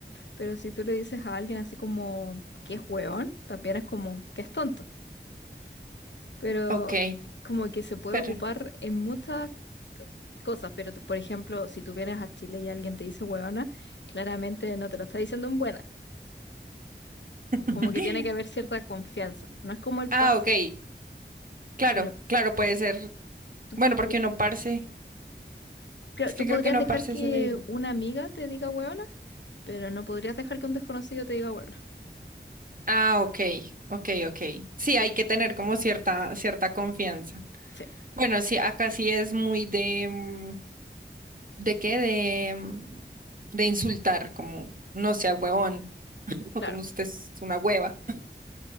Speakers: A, on the left; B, on the right.
A: Pero si tú le dices a alguien así como que es hueón, también es como que es tonto. pero
B: Ok.
A: como que se puede
B: Pero...
A: ocupar en muchas cosas, pero t- por ejemplo, si tú vienes a Chile y alguien te dice huevona, claramente no te lo está diciendo en buena,
B: <laughs>
A: como que tiene que haber cierta confianza, no es como el
B: Ah,
A: parce,
B: ok. Claro,
A: sino
B: claro, puede ser.
A: tú
B: Bueno,
A: podrías,
B: porque uno parce. Es que
A: tú podrías
B: creo que una
A: dejar
B: parce
A: que
B: sí le diría.
A: una amiga te diga huevona, pero no podrías dejar que un desconocido te diga huevona,
B: Ah, ok, ok, ok. Sí,
A: esa es la
B: hay
A: diferencia.
B: que tener como cierta, cierta confianza.
A: Sí,
B: Bueno, sí, acá sí es muy de, mm, ¿de qué? De, mm, de insultar, como no sea huevón, <laughs> o
A: claro,
B: como usted es una hueva.